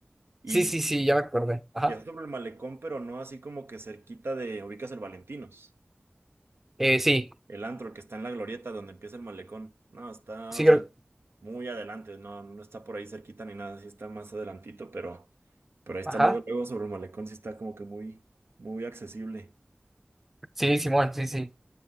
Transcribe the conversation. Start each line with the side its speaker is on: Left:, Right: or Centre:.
Right: Y,
Centre: Sí, sí, sí, ya me acordé. Ajá.
Right: y está sobre el malecón, pero no así como que cerquita de, ubicas el Valentinos,
Centre: Eh,
Right: el,
Centre: sí,
Right: el antro que está en la glorieta donde empieza el malecón. No, está,
Centre: sí,
Right: o sea,
Centre: creo.
Right: muy adelante, no, no está por ahí cerquita ni nada, sí está más adelantito, pero, pero ahí está
Centre: Ajá.
Right: luego, luego sobre el malecón, sí está como que muy, muy accesible.
Centre: Sí, Simón, sí, sí.